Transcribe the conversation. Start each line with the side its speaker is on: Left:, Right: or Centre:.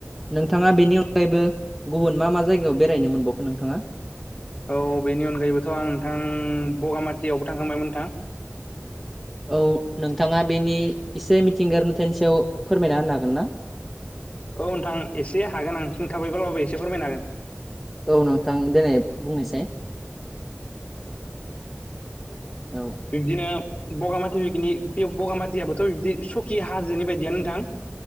Centre: नोंथाङा बेनि अनगायैबो गुबुन मा मा जायगायाव बेरायनो मोनबावखो नोंथाङा
Left: औ बेनि अनगायैबोथ' आं नोंथां बगामाटियावबो थांखांबायमोन नोंथां
Centre: औ नोंथाङा बेनि एसे मिथिंगायारि नुथायनि सायाव फोरमायना होनो हागोन ना?
Left: औ नोंथां एसे हागोन आं सुथाबैब्लाबो एसे फोरमायनो हागोन।
Centre: औ नोंथां देनाय बुंनायसाय औ
Left: बिबदिनो बगामाथि बिखिनि बेव बगामाथियाबो थ' बिदि सुखि हाजोनि बायदियानो नोंथां